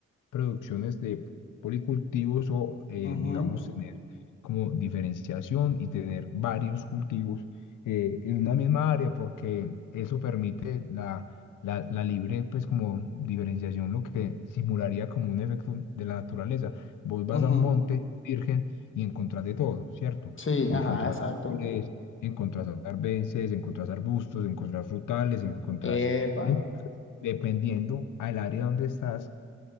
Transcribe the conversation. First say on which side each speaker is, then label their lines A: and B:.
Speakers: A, on the left; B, on the left.
A: producciones de policultivos o, eh,
B: ujú,
A: digamos, tener como diferenciación y tener varios cultivos eh, en una misma área, porque eso permite la, la, la libre, pues como diferenciación, lo que simularía como un efecto de la naturaleza. Vos vas
B: ujú.
A: a un monte virgen y encontrás de todo, ¿cierto?
B: Sí,
A: Encontrás
B: ajá, exacto.
A: árboles, encontrás arbences, encontrás arbustos, encontrás frutales, encontrás,
B: Epa.
A: en- dependiendo al área donde estás,